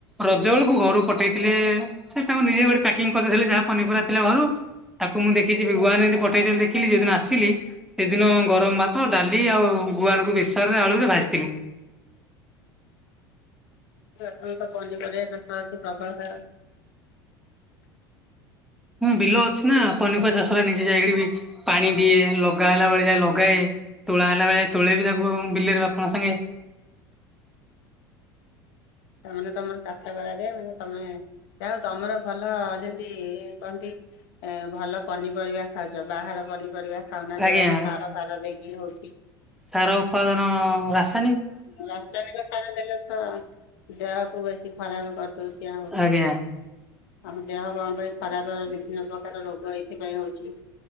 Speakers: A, in the centre; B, on the left (about 65°).
A: ରଜ ବେଳକୁ ଘରୁ ପଠେଇଥିଲ ଥିଲେ ସେ ତାଙ୍କ ନିଜେ ଗୋଟେ ପକିଂ କରିଦଥିଲେ ଯାହା ପନିପର ଥିଲା ଘରୁ ତାକୁ ମୁଁ ଦେଖିଛି ଭୁଆାନ ଏମିତି ପଠେଇ ଦେଖିଲି ଯୋଉଦିନ ଆସିଲି ସେଦିନ ଗରମ ଭାତ ଡାଲି ଆଉ ଗୁଆଁର ଙ୍କୁ ବେେଶ ରେ ଆଳୁ ରେ ଭାସିଥିଲି
B: ତମେ ତ ପନିପରିବା ଚାଷ ହଉଛି ପ୍ରବଳ ଖରା
A: ହଁ ବିଲ ଅଛି ନା ପନିପରିବା ଚାଷ ନିଜେ ଯାଇକି ବି ପାଣି ଦିଏ ଲଗା ହେଲା ବେଳେ ଯାଏ ଲଗାଏ ତୁଳା ହେଲା ବେଳେ ତୋଳେ ବି ତାକୁ ବିଲିରେ ବାପାଙ୍କ ସାଙ୍ଗେ
B: ତାମାନେ ତମର ଚାଷ କରାଯାଏ ମ ତମେ ଯାଉ ତମର ଭଲ ଯେମିତି କହନ୍ତି ଏ ଭଲ ପନିପରିବା ଖାଉଛ ବାହାର ପନିପରିବା ଖାଉନା ଯୋଉଡାକ
A: ଆଜ୍ଞା।
B: ସାର ଫାର ଦେଇକି ହଉଛି
A: ସାର ଉପତ୍ାଦାନ ରାସନ
B: ରାସ୍ତାଟ ତ ସାରା ଦେଲେ ତ ଦେହକୁ ବେଶୀ ଖରାପ କର ଉଛି ଆଉ
A: ଆଜ୍ଞା
B: ଆମ ଦେହ କଣ ପାଇଁ ଖରାପ ବିଭିନ୍ନ ପ୍ରକାର ରୋଗ ଏଇଥିପାଇଁ ହଉଛି